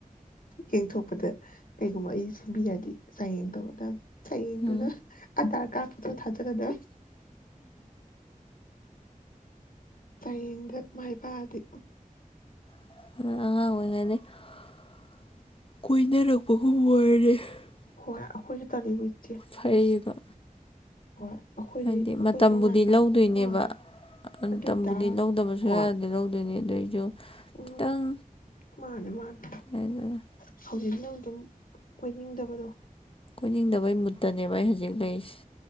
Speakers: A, on the left; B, on the left.
A: ꯌꯦꯡꯊꯣꯛꯄꯗ ꯀꯩꯒꯨꯝꯕ ꯑꯩ ꯁꯦꯝꯕꯤꯔꯗꯤ ꯆꯥꯡꯌꯦꯡ ꯇꯧꯒꯗꯝꯅꯤ꯫ ꯆꯌꯦꯡꯗꯨꯗ
B: ꯎꯝ
A: ꯑꯙꯔ ꯀꯥꯔꯗ ꯐꯣꯇꯣ ꯊꯥꯖꯜꯂꯗꯝ꯫ ꯆꯥꯡꯌꯦꯡꯗ ꯃꯥꯏ ꯄꯥꯛꯑꯗꯤ
B: <inaudible>
A: ꯍꯣꯏ ꯑꯩꯈꯣꯏꯁꯨ <unintelligible>
B: ꯐꯩꯕ꯫
A: ꯑꯁ ꯍꯣꯏ ꯑꯩꯈꯣꯏꯗꯤ
B: ꯍꯥꯏꯗꯤ
A: ꯑꯩꯈꯣꯏꯁꯨ
B: ꯃꯇꯝꯕꯨꯗꯤ
A: ꯉꯥꯏꯀꯥꯟ
B: ꯂꯧꯗꯣꯏꯅꯦꯕ
A: ꯃꯥꯅꯦ
B: ꯃꯇꯝꯕꯨꯗꯤ
A: ꯑꯗꯨ ꯑꯣꯏꯇꯥꯔ
B: ꯂꯧꯗꯕꯁꯨ
A: ꯍꯣꯏ
B: ꯌꯥꯔꯗꯤ ꯂꯧꯗꯣꯏꯅꯦ ꯑꯗꯨꯏ
A: ꯎꯝ
B: ꯈꯤꯇꯪ
A: ꯃꯥꯅꯦ - ꯃꯥꯅꯦ꯫
B: ꯍꯥꯏꯗꯅ
A: <unintelligible> ꯑꯗꯨꯝ ꯀꯣꯏꯅꯤꯡꯗꯕꯗꯣ꯫
B: ꯀꯣꯏꯅꯤꯡꯗꯕꯩ ꯃꯨꯠꯇꯅꯦꯕ ꯑꯩ ꯍꯧꯖꯤꯛ ꯂꯩꯔꯤꯁꯦ꯫